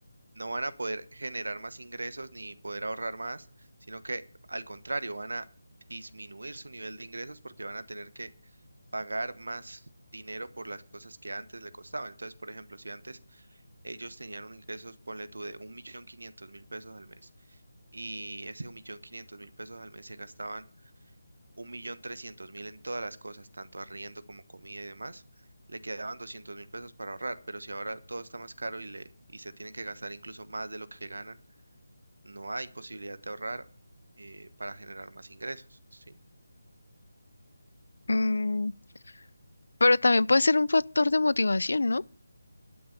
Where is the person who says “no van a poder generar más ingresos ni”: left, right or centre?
Right